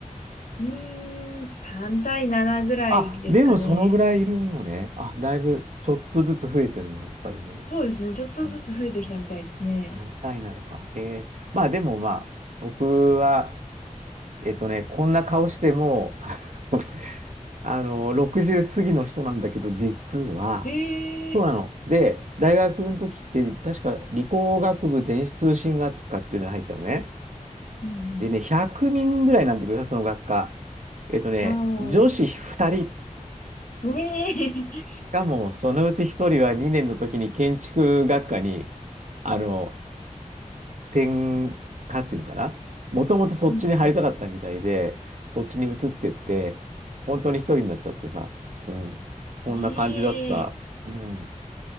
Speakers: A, on the left; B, on the right.
A: うーん、3対7ぐらいですかね。
B: あ、でもそのぐらいいるのね。あ、だいぶちょっとずつ増えてるね、やっぱりね。
A: そうですね。ちょっとずつ増えてきたみたいですね。
B: うん。単体なのか。へえ。まあでもまあ、僕は、えっとね、こんな顔しても <laughs> あの、60過ぎの人なんだけど、実は、
A: ええー。
B: そうなの。で、大学の時って、確か理工学部電子通信学科っていうのに入ったのね。
A: うん
B: でね、100人ぐらいなんだけどさ、その学科。えっとね、
A: うん。
B: 女子2人、
A: お
B: し
A: ー。ええ
B: かもそのうち1人は2年の時に建築学科に、あの、転科っていうのかなもともとそっちに入りたかったみたいで、
A: うんう
B: そっちに移ってって、本当に一人になっちゃってさ、うん、そんな感じだった。
A: ん。ええ
B: うん、